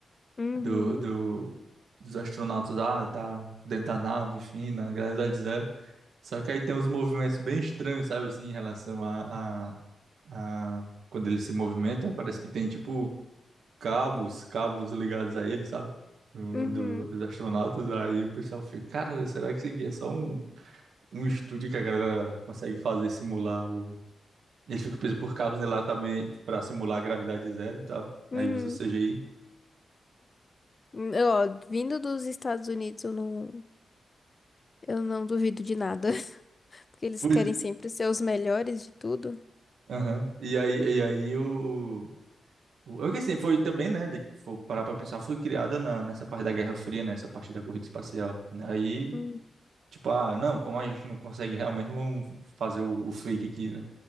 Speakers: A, on the left; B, on the right.
A: Uhum,
B: do, do, dos astronautas, ah, tá dentro da nave, enfim, na gravidade zero. Só que aí tem uns movimentos bem estranhos, sabe, assim, em relação a, a, a... Quando ele se movimenta, aí parece que tem, tipo, cabos, cabos ligados a ele, sabe? Do,
A: uhum,
B: do- dos astronautas. Aí o pessoal fica, cara, será que isso aqui é só um, um estúdio que a galera consegue fazer, simular o... Ele fica preso por cabos, né, lá também, pra simular a gravidade zero e tal.
A: uhum.
B: Aí usa o CGI.
A: Hum, Ó, vindo dos Estados Unidos, eu não, eu não duvido de nada, <laughs> porque eles
B: Pois...
A: querem sempre ser os melhores de tudo.
B: Aham. E aí, e aí o... O- É que assim, foi também, né, de- for parar pra pensar, foi criada na, nessa parte da Guerra Fria, nessa parte da corrida espacial. né? Aí,
A: Hum,
B: tipo, ah, não, como a gente não consegue realmente, vamos fazer o, o fake aqui, né,